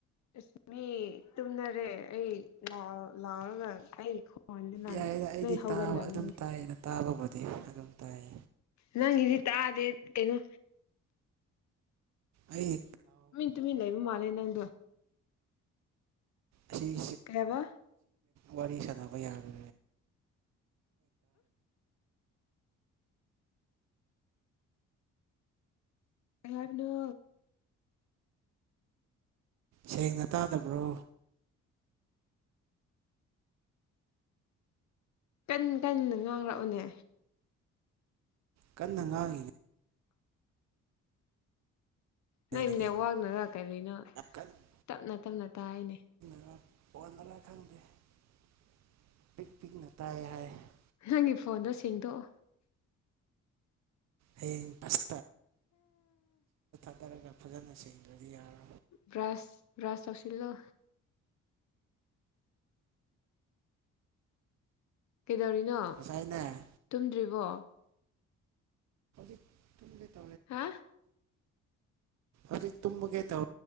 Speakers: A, on the left; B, on the right.
A: ꯑꯁ ꯃꯤ ꯇꯨꯝꯅꯔꯦ ꯑꯩ ꯂ ꯂꯥꯎꯔꯒ ꯑꯩ ꯈꯣꯟꯖꯦ ꯅ
B: ꯌꯥꯏꯗ ꯑꯩꯗꯤ
A: ꯂꯣꯏ ꯍꯧꯒꯠꯂꯝꯅꯤ
B: ꯇꯥꯕ ꯑꯗꯨꯝ ꯇꯥꯏꯌꯦꯗ ꯇꯥꯕꯕꯨꯗꯤ ꯑꯗꯨꯝ ꯇꯥꯏꯌꯦ
A: ꯅꯪ ꯒꯤꯗꯤ ꯇꯥꯗꯦ ꯀꯩꯅꯣ
B: ꯑꯩ
A: ꯇꯨꯃꯤꯟ ꯇꯨꯃꯤꯟ ꯂꯩꯕ ꯃꯥꯂꯦ ꯅꯪꯗꯣ
B: ꯆꯤ
A: ꯀꯩꯍꯕ
B: ꯋꯥꯔꯤ ꯁꯥꯟꯅꯕ ꯌꯥꯔ
A: ꯀꯩ ꯍꯥꯏꯕꯅꯣ
B: ꯁꯦꯡꯅ ꯇꯥꯗꯕ꯭ꯔꯣ
A: ꯀꯟ ꯀꯟꯅ ꯉꯥꯡꯔꯛꯑꯣꯅꯦ
B: ꯀꯟꯅ ꯉꯥꯡꯉꯤꯅꯦ ꯀꯩꯅꯣ
A: ꯅꯣꯢ ꯅꯦꯋꯥꯛꯅꯔ
B: ꯌꯥꯝ
A: ꯀꯔꯤꯅꯣ
B: ꯀꯟꯅ
A: ꯇꯞꯅ ꯇꯞꯅ ꯇꯥꯏꯅꯦ
B: <unintelligible>
A: ꯅꯪꯒꯤ ꯐꯣꯟꯗꯣ ꯁꯦꯡꯗꯣꯛꯑꯣ
B: ꯍꯌꯦꯡ ꯕꯁ ꯇꯔꯒ ꯐꯖꯅ ꯁꯦꯡꯗ꯭ꯔꯗꯤ ꯌꯥꯔꯔꯣꯏ
A: ꯈꯔꯥꯥꯁ ꯈꯔꯥꯥꯁ ꯆꯪꯁꯤꯂꯣ ꯀꯩꯗꯧꯔꯤꯅꯣ
B: ꯉꯁꯥꯏꯅꯦ ꯑꯥ
A: ꯇꯨꯝꯗ꯭ꯔꯤꯕꯣ
B: ꯍꯧꯖꯤꯛ ꯇꯨꯝꯒꯦ
A: ꯍꯥ
B: ꯑꯩꯁꯨ ꯇꯨꯃꯒꯦ ꯇꯧ